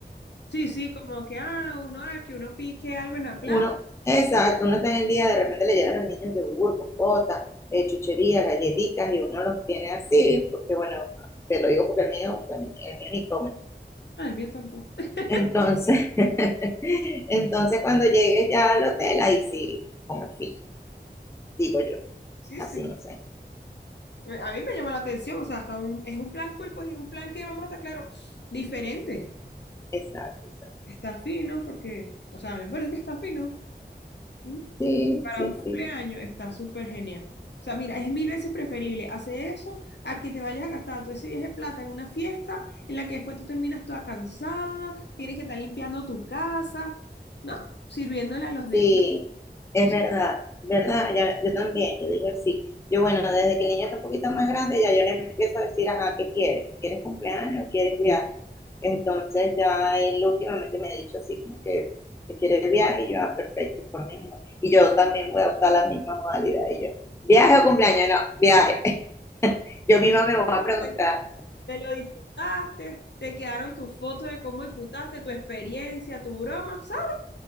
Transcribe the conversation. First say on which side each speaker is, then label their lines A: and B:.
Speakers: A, on the left; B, on the left.
A: Sí, sí, como que, ah, uno, ah, que uno pique algo en la playa.
B: uno, exacto, uno está en el día, de repente le llevan a los niños yogur, compota, eh, chuchería, galletitas y uno los tiene así, porque bueno, te lo digo porque el mío, bueno, el mío ni come.
A: Ah, el mío tampoco. <laughs>
B: Entonces, <laughs> entonces cuando llegues ya al hotel, ahí sí, come fin, digo yo.
A: Sí,
B: Así
A: sí.
B: no sé.
A: A mí me llama la atención, o sea, hasta un, es un plan cool, pues, y un plan que vamos a estar claro, diferente.
B: Exacto, exacto.
A: Está fino, porque, o sea, a mí me parece que está fino. Mm.
B: Sí,
A: para
B: sí,
A: un cumpleaños
B: sí.
A: está súper genial. O sea, mira, es mil veces preferible hacer eso a que te vayas a gastar todo ese viaje de plata en una fiesta en la que después tú terminas toda cansada, tienes que estar limpiando tu casa, no, sirviéndole a los demás.
B: Sí, es
A: O sea,
B: verdad, ¿verdad? Ya- yo también, yo dije sí. Yo, bueno, desde que el niño está un poquito más grande, ya yo le empiezo a decir, ajá, ¿qué quieres? ¿Quieres cumpleaños? ¿Quieres viaje? Entonces ya él últimamente me ha dicho así, como que, que quiere viaje, y yo, ah, perfecto, por mí no. Y yo también voy a optar la misma modalidad, y yo, ¿viaje o cumpleaños? No, viaje. <laughs> Yo misma me voy a preguntar,
A: te, te lo disfrutaste, te quedaron tus fotos de cómo disfrutaste, tu experiencia, tu broma, ¿sabes?